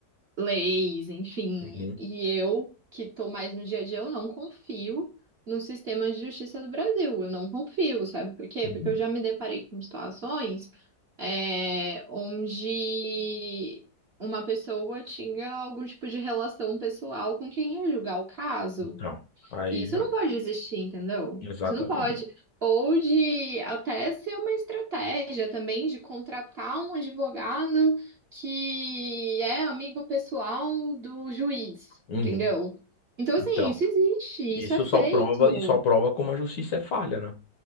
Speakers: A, on the right; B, on the left.
A: leis, enfim.
B: Uhum,
A: E eu, que estou mais no dia a dia, eu não confio no sistema de justiça do Brasil. Eu não confio, sabe por quê?
B: uhum.
A: Porque eu já me deparei com situações é, onde uma pessoa tinha algum tipo de relação pessoal com quem ia julgar o caso.
B: Então, aí
A: E Isso
B: já,
A: não pode existir, entendeu?
B: exatamente.
A: Isso não pode. Ou de até ser uma estratégia também de contratar um advogado que é amigo pessoal do juiz,
B: Uhum.
A: entendeu? Então, assim,
B: Então,
A: isso existe, isso
B: isso
A: é feito.
B: só prova, e só prova como a justiça é falha, né?